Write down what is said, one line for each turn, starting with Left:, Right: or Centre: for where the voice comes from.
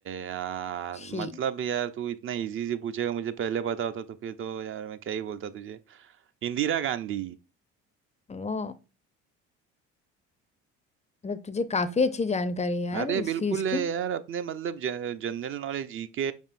Right: यार
Left: थी
Right: मतलब यार तू इतना इजी से पूछेगा मुझे पहले पता होता तो फिर तो यार मैं क्या ही बोलता तुझे इंदिरा गांधी
Left: वो मतलब तुझे काफी अच्छी जानकारी है यार
Right: अरे
Left: इस
Right: बिल्कुल
Left: चीज
Right: है
Left: की
Right: यार अपने मतलब जनरल नॉलेज जीके